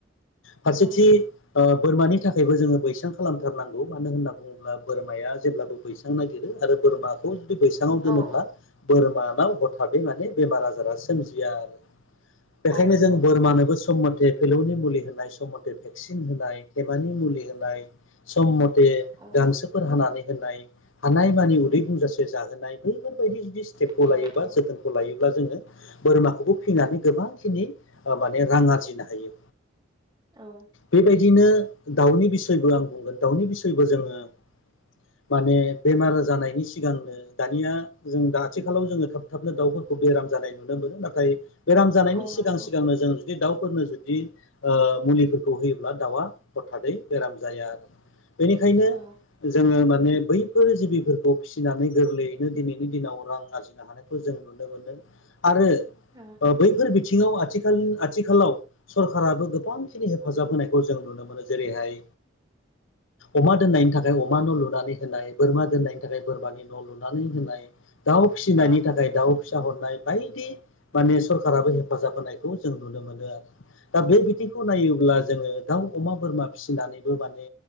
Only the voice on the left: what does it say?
फारसेथि
बोरमानि थाखायबो जोंङो बैसां खालामथारनांगौ मानो होननानै बुंङोब्ला बोरमाया जेब्लाबो बैसां नागिरो आरो बोरमाखौ जुदि बैसांङाव दोनोब्ला
बोरमा हथारै माने बेराम आजारा सोमजिया आरो। ओंखायनो
जों बोरमानो सम मथे फलौनि मुलि होनाय सम मथे भेक्सिन होनाय थेबानि मुलि होनाय सम मथे
गांसोफोर हानानै होनाय हानाय मानि उदै गुजासे जाहोनाय बैफोर <unintelligible> <unintelligible>
जोंङो बोरमाखौबो फैनानै गोबांखिनि माने रां आरजिनो हायो।
बेबायदिनो दाउनि बिसयबो आं बुंगोन दाउनि बिसयबो जोंङो <inaudible> <inaudible> माने बेमार जानायनि सिगांनो दानिया जों दा आथिखालाव जोंङो थाब थाबनो दाउफोरखौ बेराम जानाय नुदोंबो नाथाय बेराम जानायनि
सिगां
सिगांनो जों दाउफोरनो जुदि मुलिफोरखौ होयोब्ला दाउआ हथादै बेराम जाया आरो। बेनिखायनो
जोंङो माने बैफोर जिबिफोरखौ फिसिनानै गोरलैयैनो दिनैनि दिनाव रां आरजिनो हानायखौ जों नुनो मोनदों। आरो
बैफोर बिथिङाव आथिखाल आथिखालाव सरखाराबो गोबांखिनि हेफाजाब होनायखौ जों नुनो मोनो। जेरैहाय अमा दोननायनि थाख अमा न' लुनानै होनाय बोरमा दोननायनि थाखाय बोरमानि न' लुनानै होनाय दाउ फिसिनायनि
थाखाय दाउ फिसा हरनाय बायदि माने सरखाराबो हेफाजाब होनायखौ जों नुनो मोनो। आरो दा बे बिथिंखौ नायोब्ला जोंङो दाउ अमा बोरमा फिसिनानैबो माने